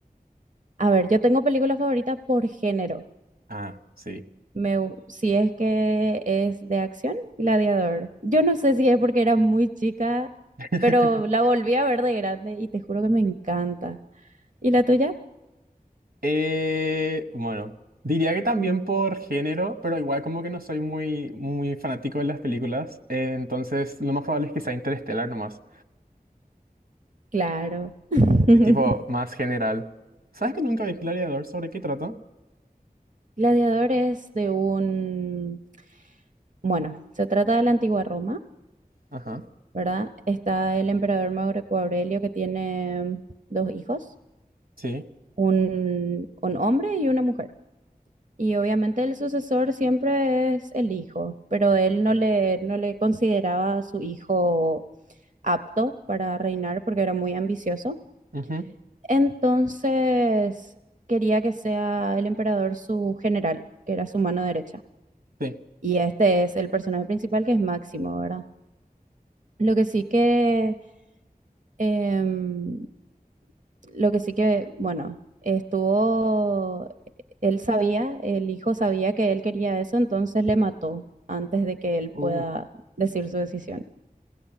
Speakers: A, on the right; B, on the right.
A: A ver, yo tengo películas favoritas por género.
B: Ah, sí.
A: Me, gu- si es que es de acción, Gladiador. Yo no sé si es porque era muy chica,
B: <laughs>
A: pero la volví a ver de grande y te juro que me encanta. ¿Y la tuya?
B: Eh, bueno, diría que también por género, pero igual como que no soy muy, muy fanático de las películas, eh, entonces lo más probable es que sea Interestelar, nomás,
A: Claro. <laughs>
B: y tipo más general. ¿Sabes que nunca vi Gladiador? ¿Sobre qué trata?
A: Gladiador es de un, bueno, se trata de la antigua Roma,
B: Ajá,
A: ¿verdad? Está el emperador Marco Aurelio que tiene dos hijos,
B: sí.
A: un, un hombre y una mujer. Y obviamente el sucesor siempre es el hijo, pero él no le, no le consideraba a su hijo apto para reinar porque era muy ambicioso.
B: Ujú,
A: Entonces quería que sea el emperador su general, que era su mano derecha.
B: sí.
A: Y este es el personaje principal que es Máximo, ¿verdad? Lo que sí que em, Lo que sí que, bueno, estuvo, él sabía, el hijo sabía que él quería eso, entonces le mató antes de que él
B: Uh,
A: pueda decir su decisión.